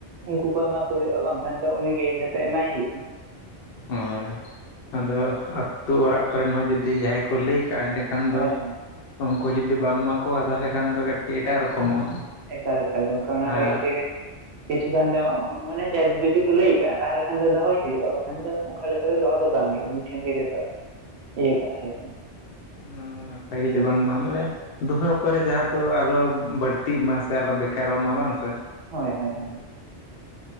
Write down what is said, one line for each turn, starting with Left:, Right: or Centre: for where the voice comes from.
Right: ᱩᱱᱠᱩ ᱠᱚ ᱮᱢᱟ ᱠᱚ ᱦᱩᱭᱩᱜᱼᱟ, ᱵᱟᱝᱠᱷᱟᱱ ᱫᱚ ᱩᱱᱤᱜᱮ ᱡᱚᱛᱚ ᱮᱢᱟᱭ ᱦᱩᱭᱩᱜᱼᱟ᱾
Left: ᱦᱳᱭ ᱟᱫᱚ
Right: ᱮᱠᱟᱞ
Left: ᱟᱹᱛᱩ ᱚᱲᱟᱜ ᱠᱚᱨᱮᱱ ᱦᱚᱸ ᱡᱩᱫᱤ ᱡᱟᱦᱟᱸᱭ ᱠᱚ ᱞᱟᱹᱭ ᱠᱟᱜᱼᱟ ᱮᱸᱰᱮᱠᱷᱟᱱ
Right: ᱦᱳᱭ
Left: ᱫᱚ
Right: ᱦᱳᱭ
Left: ᱩᱱᱠᱩ ᱡᱩᱫᱤ ᱵᱟᱢ ᱮᱢᱟ ᱠᱚᱣᱟ ᱛᱟᱦᱚᱞᱮ ᱠᱷᱟᱱ ᱫᱚ ᱠᱟᱹᱴᱤᱡ ᱮᱴᱟᱜ ᱨᱚᱠᱚᱢᱚᱜᱼᱟ᱾
Right: ᱮᱠᱟᱞ ᱮᱠᱟᱞ ᱜᱚᱢᱠᱮ ᱚᱱᱟ ᱞᱟᱹᱜᱤᱫ
Left: ᱟᱨ
Right: ᱛᱮ ᱠᱤᱪᱷᱩ ᱜᱟᱱ ᱫᱚ ᱢᱟᱱᱮ ᱡᱩᱫᱤ ᱠᱚ ᱞᱟᱹᱭ ᱠᱟᱜᱼᱟ ᱛᱟᱦᱚᱞᱮ ᱠᱷᱟᱱ ᱫᱚ ᱫᱚᱦᱚᱭ ᱦᱩᱭᱩᱜᱼᱟ ᱵᱟᱠᱷᱟᱱ ᱫᱚ ᱚᱠᱟ ᱞᱮᱠᱟ ᱫᱚ ᱫᱚᱦᱚ ᱫᱚ ᱵᱟᱝ ᱦᱩᱭᱩᱜᱼᱟ, ᱩᱱᱤ ᱴᱷᱮᱱ ᱜᱮ ᱡᱚᱛᱚ ᱤᱭᱟᱹ ᱠᱟᱜ ᱦᱩᱭᱩᱜᱼᱟ᱾
Left: ᱚᱱᱟ ᱦᱚᱸ ᱱᱟᱯᱟᱭ
Right: ᱟᱹᱠᱷᱨᱤᱧ
Left: ᱜᱮ ᱡᱮ ᱵᱟᱝᱢᱟ
Right: ᱠᱟᱜ ᱦᱩᱭᱩᱜᱼᱟ
Left: ᱵᱚᱞᱮ, ᱫᱷᱩᱦᱟᱹ ᱯᱚᱨᱮ ᱡᱟᱦᱟᱸ ᱫᱚ ᱟᱞᱚ ᱵᱟᱹᱲᱛᱤᱜ ᱢᱟ ᱥᱮ ᱟᱞᱚ ᱵᱮᱠᱟᱨᱚᱜ ᱢᱟ ᱵᱟᱝᱥᱮ, !
Right: ᱦᱳᱸᱭ ᱦᱳᱸᱭ ᱦᱳᱸᱭ ᱾